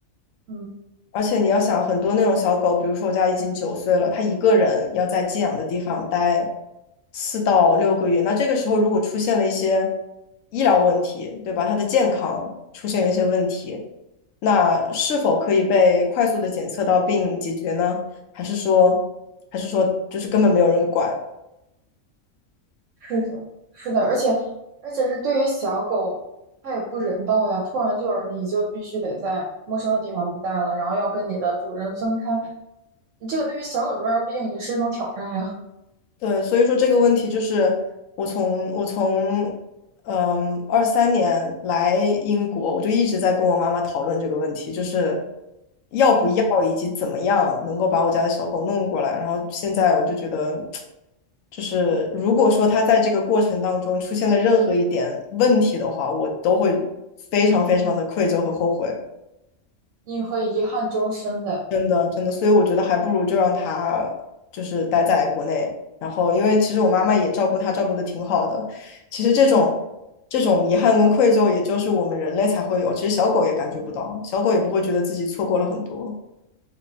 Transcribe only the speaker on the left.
而且你要想，很多那种小狗，比如说我家已经九岁了，它一个人要在寄养的地方待四到六个月，那这个时候如果出现了一些医疗问题，对吧？它的健康出现了一些问题，那是否可以被快速的检测到并解决呢？还是说，还是说就是根本没有人管？
对，所以说这个问题就是我从我从嗯二三年来英国，我就一直在跟我妈妈讨论这个问题，就是要不要以及怎么样能够把我家的小狗弄过来。
然后现在我就觉得，就是如果说它在这个过程当中出现了任何一点问题的话，我都会非常非常的愧疚和后悔。
真的真的，所以我觉得还不如就让他就是待在国内。然后，因为其实我妈妈也照顾他，照顾的挺好的。其实这种
这种遗憾跟愧疚，也就是我们人类才会有，其实小狗也感觉不到，小狗也不会觉得自己错过了很多。